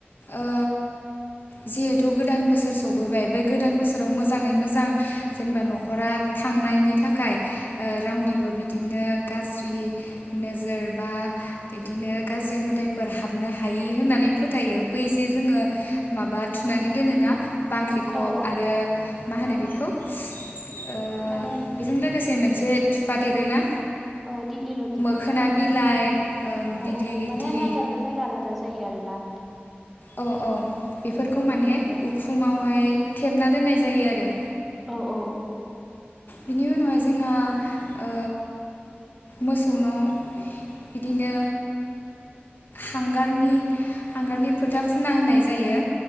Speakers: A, on the left; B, in the centre.
A: ओ जिहेथु गोदान बोसोर सफैबाय बे गोदान बोसोराव मोजाङै मोजां जेनेबा न'खरा थांनायनि थाखाय ओ रावनिबो बिदिनो गाज्रि नोजोर बा बिदिनो गाज्रि मोदायफोर हाबनो हायि होननानै फोथायो। बै जे जोङो माबा थुनानै दोनोना? बांख्रिखब
B: औ औ
A: आरो मा होनो
B: औ
A: बेखौ? ओ
B: माने
A: बेजों लोगोसे मोन से थुफा देरो ना?
B: औ दिगलि ल'टि।
A: खोना बिलाइ ओं दिग्लि
B: अ औ
A: लिथि
B: माने जायगा लाना जायगा आलादा जायो आरोना नोंथां।
A: अ औ बेफोरखौ
B: औ
A: माने
B: दे बुंलाय
A: उखुमावहाय थेबना दोननाय जायो आरो।
B: औ औ औ।
A: बिनि उनावहाय जोंहा ओ मोसौनाव इदिनो हांगारनि हांगारनि फोथा फुना होनाय जायो